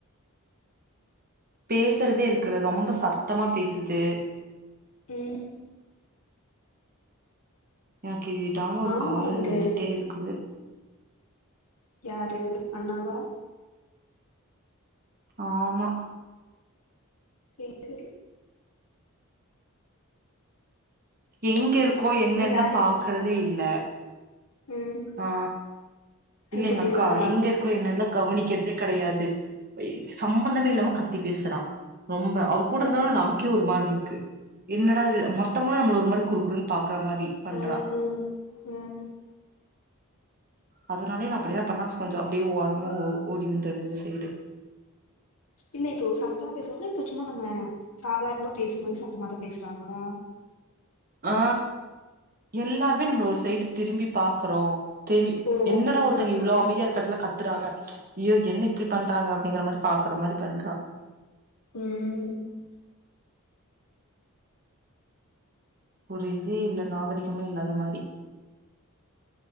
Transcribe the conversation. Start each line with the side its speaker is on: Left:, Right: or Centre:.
Right: பேசுறதே இருக்குல ரொம்ப சத்தமா பேசுது
Left: ம்
Right: எனக்கு விடாம ஒரு
Left: ஆமா
Right: கால்
Left: அந்த
Right: வந்துட்டே இருக்குது
Left: யாரு அண்ணாவா
Right: ஆமா
Left: சேரி
Right: எங்கேருக்கோ என்னல்லா
Left: இன்னு வேலைக்கு
Right: பாக்கறதே
Left: போயிருக்காரா
Right: இல்ல
Left: ம்
Right: ஆ
Left: கூப்புட்டே
Right: இல்ல எங்கக்கா
Left: இருப்பாரா
Right: எங்கருக்கோ என்னெல்லா கவனிக்கிறதே கெடையாது எ சம்மந்தமே இல்லாம கத்தி பேசுறா ரொம்ப அவுங் கூடர்தா
Left: ம்
Right: நமக்கே ஒரு மார்ருக்கு என்னடா இது மத்தவங்களா நம்மள ஒரு மாரி குருக்குருன்னு பாக்கற மாரி பண்றா
Left: அ ம் ம்
Right: அதுனாலே நா அப்டியெல்ல பண்ணா கொஞ்சொ அப்டியே ஓரமா ஓ ஓடி வந்தர்றே இந்த சைடு
Left: இல்ல இப்போ சத்தமா பேசுறாங்களா இப்போ சும்மா நம்ம சாதாரணமா பேசும்போது சத்தமாதா பேசுறாங்களா
Right: ஆ எல்லாருமே நம்மள ஒரு சைடு திரும்பி பாக்குறோ தேமி
Left: ஓ
Right: என்னடா ஒருத்தங்க
Left: அ
Right: இவ்ளோ
Left: அ
Right: அமைதியா இருக்குற எடத்துல கத்துறாங்க ய்யோ என்ன இப்டி பண்றாங்க அப்டிங்கிற மாரி பாக்குற மாரி பண்றா
Left: <unintelligible>
Right: ஒரு இதே இல்ல நாகரிகமே இல்லாத மாரி